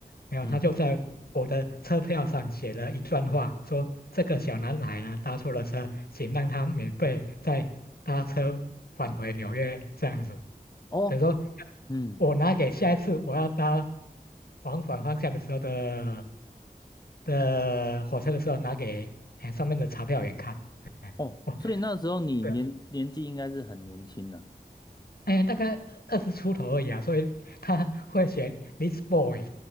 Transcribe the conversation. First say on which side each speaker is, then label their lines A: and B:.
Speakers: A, on the left; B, on the left.
A: 没有，
B: 嗯，
A: 他就在我的车票上写了一段话，说这个小男孩呢搭错了车，请让他免费再搭车返回纽约这样子，
B: 哦，
A: 等于说
B: 嗯。
A: 我拿给下一次我要搭往返方向的时候的的火车的时候拿给哎上面的查票员看。哎哇，
B: 哦，所以那时候你年年纪应该是很年轻的。
A: 对，哎，大概二十出头而已啊，所以他 <laughs> 会选 this boy。